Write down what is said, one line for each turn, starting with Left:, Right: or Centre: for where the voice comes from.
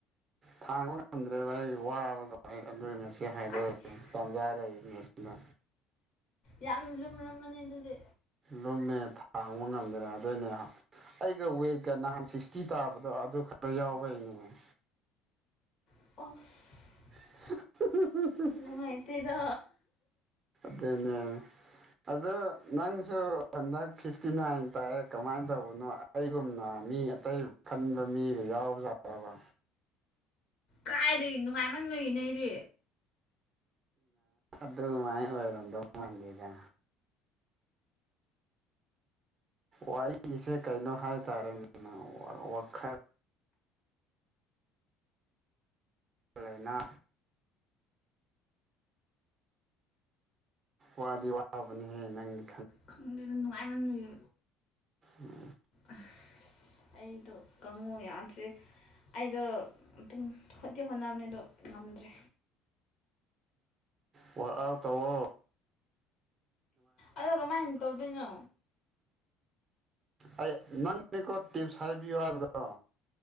Right: ꯊꯥꯡꯕ ꯉꯝꯗ꯭ꯔꯦꯕ ꯑꯩꯒꯤ ꯋꯥꯕꯗꯣ ꯑꯩ ꯑꯗꯨꯒꯤ ꯉꯁꯤ ꯍꯥꯏꯗꯣꯛꯖꯦ
Left: ꯑꯁ
Right: ꯇꯥꯟꯖꯥ ꯂꯩꯔꯤꯉꯩꯁꯤꯗ
Left: ꯌꯥꯝ ꯂꯨꯝꯂꯝꯃꯅꯤ ꯑꯗꯨꯗꯤ
Right: ꯂꯨꯝꯃꯦ ꯊꯥꯡꯕ ꯉꯝꯗ꯭ꯔꯦ ꯑꯗꯨꯏꯅꯦ ꯑꯩꯒ ꯋꯦꯠꯀ ꯅꯍꯥꯟ ꯁꯤꯛꯁꯇꯤ ꯇꯥꯕꯗꯣ ꯑꯗꯨ ꯈꯔ ꯌꯥꯎꯕ ꯑꯩ
Left: ꯑꯣꯁ
Right: <unintelligible>
Left: ꯅꯨꯡꯉꯥꯏꯇꯦꯗ
Right: ꯑꯗꯨꯅꯦ ꯑꯗꯨ ꯅꯪꯁꯨ ꯍꯟꯗꯛ ꯐꯤꯐꯇꯤ ꯅꯥꯏꯟ ꯇꯥꯏꯑꯦ ꯀꯃꯥꯏ ꯇꯧꯕꯅꯣ ꯑꯩꯒꯨꯝꯅ ꯃꯤ ꯑꯇꯩ ꯈꯟꯕ ꯃꯤꯒ ꯌꯥꯎꯕꯖꯥꯠꯔꯕ
Left: ꯀꯥꯏꯗꯒꯤ ꯅꯨꯡꯉꯥꯏꯃꯟꯕꯒꯤꯅꯦ ꯑꯩꯗꯤ
Right: ꯑꯗꯨ ꯃꯥꯏ ꯑꯣꯏꯔꯝꯗꯣꯡ ꯃꯥꯟꯗꯦꯗ ꯋꯥꯔꯤꯁꯦ ꯀꯩꯅꯣ ꯍꯥꯏꯇꯥꯔꯦ ꯋꯥꯈꯜ ꯆꯂꯥꯏꯅ ꯋꯥꯗꯤ ꯋꯥꯕꯅꯤꯍꯦ ꯅꯪ
Left: ꯈꯪꯗꯦꯗ ꯅꯨꯡꯉꯥꯏ ꯃꯟꯕꯒꯤ
Right: ꯎꯝ
Left: ꯑꯁ ꯑꯩꯗꯨ ꯀꯪꯉꯨ ꯌꯥꯗ꯭ꯔꯦ ꯑꯩꯗꯣ ꯑꯗꯨꯝ ꯈꯣꯠꯇꯤ ꯍꯣꯠꯅꯕꯅꯦ ꯑꯗꯣ ꯉꯝꯗ꯭ꯔꯦ
Right: ꯋꯥꯛꯥꯎ ꯇꯋꯣ
Left: ꯑꯗꯣ ꯀꯃꯥꯏꯅ ꯇꯧꯗꯣꯏꯅꯣ
Right: ꯑꯩ ꯅꯪꯅꯦꯀꯣ ꯇꯤꯞꯁ ꯍꯥꯏꯕꯤꯌꯨ ꯍꯥꯏꯕꯗꯣ